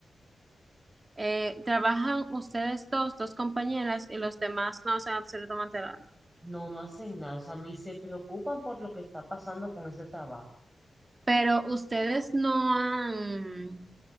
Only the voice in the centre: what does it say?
No, no hacen nada, o sea, ni se preocupan por lo que está pasando con ese trabajo.